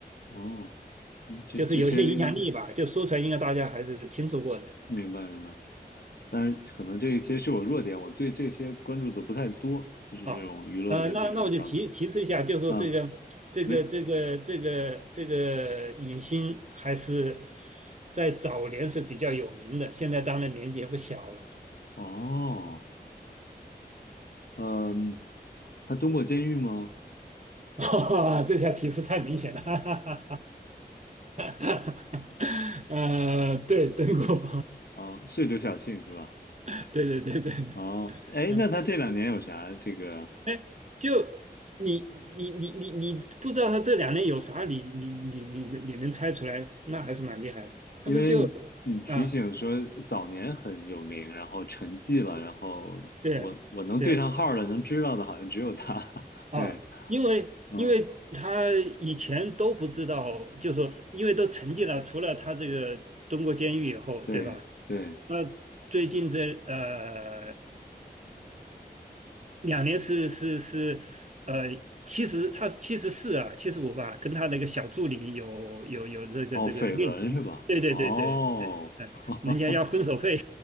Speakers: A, on the left; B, on the right.
A: 哦，嗯，这这些
B: 就是有些影响力吧，就说出来应该大家还是听说过的。
A: 明白明白。当然，可能这一些是我弱点，我对这些关注的不太多，就是这种娱乐的这种八卦
B: 哦，呃，那那我就提提示一下，就说这个这个这个这个这个影星还是
A: 啊，没
B: 在早年是比较有名的，现在当然年纪也不小了。
A: 哦，嗯，他蹲过监狱吗？
B: <laughs> 哈这下提示太明显了，<laughs> 哈哈哈哈哈呃，对，邓国
A: 啊，是刘晓庆是吧？
B: <laughs> 对对对对对，
A: 哦，哎，
B: 嗯，
A: 那他这两年有啥这个？
B: 哎，就你你你你你不知道他这两年有啥，你你你你你能猜出来，那还是蛮厉害的。他不是就
A: 因为你你提醒说早年很有名，
B: 啊，
A: 然后沉寂了，然后我我能对上号儿的，
B: 对。对，
A: 能知道的，好像只有他。<laughs>
B: 啊，
A: 对，
B: 因为因为他以前都不知道，
A: 嗯，
B: 就说因为都沉寂了，除了他这个蹲过监狱以后，
A: 对对，
B: 对吧？那最近这呃两年是是是呃七十，70他七十四啊，七十五吧，跟他那个小助理有有有这个这个恋情，
A: 哦，绯闻是吧？
B: 对对对对对，
A: 哦，
B: 嗯，
A: <laughs>
B: 人家要分手费，